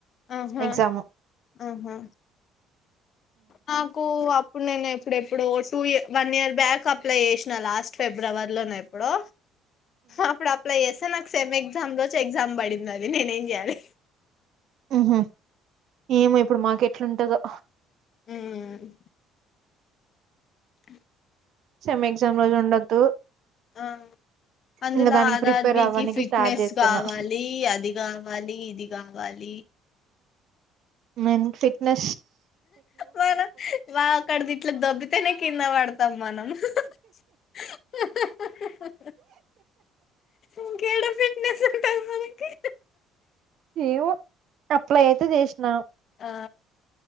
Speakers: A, on the left; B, on the right.
A: ఆహా
B: ఎగ్జామ్
A: ఆహా నాకు అప్ ఇప్పుడు నేను ఎప్పుడెప్పుడు టూ ఇ వన్ ఇయర్ బ్యాక్ అప్లై చేసిన లాస్ట్ ఫిబ్రవరిలో నా ఎప్పుడో అప్పుడు అప్లై చేస్తా నాకు సెమ్ ఎగ్జామ్ రోజు ఎగ్జామ్ పడింది అది నేనే ఏం చేయ్యాలి
B: ఉహు ఏమో ఇప్పుడు మాకు ఎట్లా ఉంటదో
A: ఉహు అ
B: సెమ్ ఎగ్జామ్ రోజు ఉండొద్దు
A: అహా అందులో
B: ఇంకా దానికి
A: ఆర్ఆర్
B: ప్రిపేర్
A: బి
B: అవ్వడానికి
A: కి ఫిట్నెస్
B: స్టార్ట్ చేస్తున్నా
A: కావాలి అది కావాలి ఇది కావాలి
B: నేను ఫిట్నె
A: మనం వా అక్కడ గిట్ల దొబ్బితేనే కింద పడతం మనం ఆహ్ ఆహ్ ఆహ్ ఆహ్ ఇంకా ఏడ ఫిట్నెస్ ఉంటది మనకి
B: ఏమో అప్లై అయితే చేసినా
A: ఆ